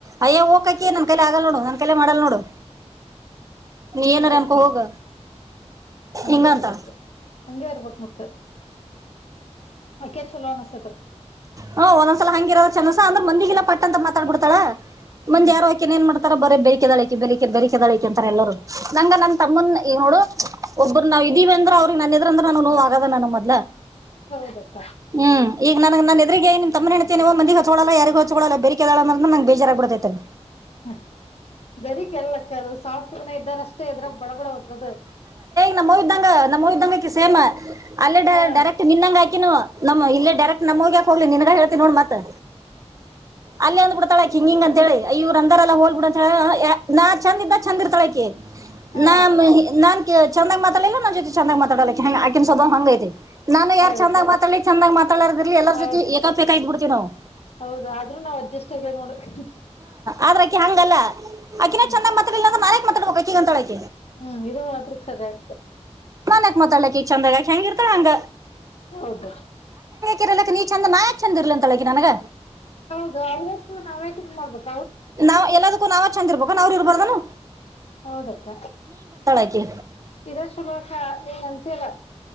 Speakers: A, on the right; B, on the left.
A: ಅಯ್ಯ ಹೋಗಕಕಿ ನನ್ ಕೈಲೆ ಆಗಲ್ ನೋಡು ನನ್ ಕೈಲೆ ಮಾಡಲ್ ನೋಡು ನೀ
B: ಚಲೋ
A: ಏನಾರ
B: ಅಕ್ಕ
A: ಅಂಕೋ
B: ಅದು
A: ಹೋಗ
B: ಹಂಗ
A: ಹಿಂಗ ಅಂತಾಳ
B: ಇರ್ಬೇಕ ಹಂಗ ಇರ್ಬೇಕಕ್ ಮತ್ತ ಆಕ ಚಲೋ ಅನಿಸ್ತಾ
A: ಹಾ ಒಂದ್ಲ ಹಂಗಿರೋದ ಚಂದಸ ಅಂದ್ರ ಮಂದಿಲ್ಲ ಪಟ್ಟ ಅಂತ ಮಾತಾಡ್ ಬಿಡ್ತಾಳ ಮಂದಿ
B: ಹ್ಮ್
A: ಯಾರೋಕೆ ಏನ್ ಮಾಡ್ತ ಬರ ಬೆಕೆಳ ಬೆಕೆದಳಿಕೆ ಅಂತಾರೆ ಎಲ್ಲರರು ನಂಗ ನನ್ ತಮ್ಮನ್ ನೋಡು ಒಬ್ಬ ನಾವ ಇದೀವಿ ಅಂದ್ರ ಅವ್ರಿಗೆ ನನ್ನ ಇದ್ರ ಅಂದ್ರ ನಾನು ನೋವು ಆಗದ ನನ್ನ ಮದ್ಲ
B: ಹೌದಪ್ಪ
A: ಹ್ಮ್ ಈಗ ನನ್ ಎದುರಿಗೆಗ ನಿ ತಮ್ಮ ಹೆಂಡತಿ ಮಂದ ಹಚ್ಕಳಲ್ಲ ಯಾರಿಗ ಹಚ್ಕೊಲ್ಲ ಬೇೇಕ ನಗೆ ಬೇಜಾರಗ್ಬ ಬಿಡೆ <unintelligible>
B: ಹಾ ಬರೀ ಕೆಲ್ಲಕ್ಕ ಅದು ಸಾಫ್ಟ್ರನ ಇದ್ದಾರ ಅಷ್ಟೇ ಇದ್ರಾಗ ಬಡ ಬಡ ಹೋದ್ರದು
A: ನಮ್ಮಅವ್ವೈದ್ದಂಗ ನಮ್ಮ ಅವ್ವೈಧಂಗ ಆಕಿ ಸೇಮ ಅಲ್ಲ ಡ
B: ಹಾ
A: ಡೈಕ್ಟ್ ನಿನ್ಂಗಗೆ ಆಕ ನಮ್ಮ ಇಲ್ಲ ಡೈಕ್ ನಮಗ ಹೋಗ್ಲಿ ನಿನ್ ಹೇತೀ ನೋ ಮತ್ತೆ ಅಲ್ಲ ಅಂದ್ ಬಿಡ್ತಾಳೆ ಹಿಂಗಿಂಗಂತ ಂತ ಹೇಳಿ ಇವ್ರ ಅಂದ ಎಲ್ಲ ಹೋಲ್ಬ ಬಿಡ ಅಂತ ಹೇಳ ನಾ ಚಂದ ಇದ ಚಂದ ಇರ್ತಾಳಕೆ
B: ಹಾ
A: ನಾ ನಾನ್ ಚಂದಾಗ್ ಮಾತಾಡಿಲ್ಲ ನನ್ನ ಜೊತೆ ಚಂದಾಗ್ ಮಾತಾಡಲಿಕ್ಕೆ ಕ ಸ್ವಭಾ ಹಂಗೈಐತೆ ನಾನು ಯಾರ್
B: ಹೌದು
A: ಚಂದ್ ಮಾತಾಡ್ ಚಂದಗ್ ಮಾತಾಡೋ್ರ ಎಲ್ಲ
B: ಹೌದು
A: ಜೊ ಏಾಪೇಕ ಆ ಇದ್ಬ ಬಿಡ್ತವಿ ನಾವು
B: ಹೌದು ಆದ್ರೂ ನಾವ್ ಅಜ್ಜಸ್ಗ ನೋಡ್ರಿ
A: ಆದ್ರಕ್ಕಿ ಹಂಗಲ್ಲ ಅಕಿಿನ
B: ಹ್ಮ್
A: ಚಂದ್ತಾಿಲ್ಲಂದ್ರ ನೇಕ್ ಮಾತಾಡ್ಕಬೇಕು ಈಗಂತೊಳಗೆ
B: ಹ್ಮ್ ಇದು ಮಾತ್ರ ಖರ ಆಗ್ತ
A: ನನ್ಕ್ ಮಾತಾಳಕಿ ಚಂದಾಗ ಆಕ ಹೆಂಗ ಇರ್ತ ಹಂಗ
B: ಹೌದು
A: ಿರರ್ಲಕ್ಕೆ ನೀ ಚಂದ ನಾಯ್ ಚಂದ ಇರ್ಲ ಅಂತ ಅಳಗಗೆ ನನಗ
B: ಹೌದು ಅವ್ರಸ್ ನಾವೇಕ್ ಮಾಡ್ಬೇಕು
A: ನಾವ್ ಎಲ್ಲದಕ್ಕೂ ನಾವ್ ಚೆಂದ್ ಇರ್ಬೇಕು ನಾವ್್ರ ಇರ್ಬಾರ್ದಾನು
B: ಹೌದಕ್ಕ
A: ಆಕಿ
B: ಇದ ಸುಲೋಕ ನೀಏ ಎಂತಲ್ಲ